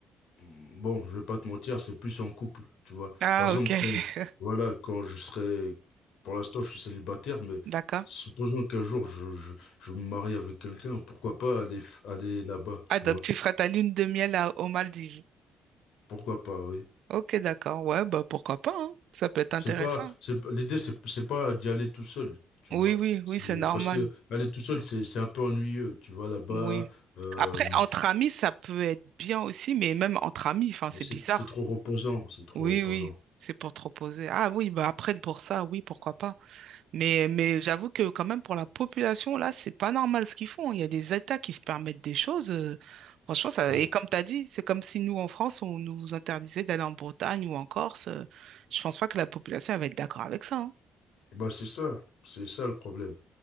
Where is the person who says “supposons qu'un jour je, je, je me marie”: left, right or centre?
Left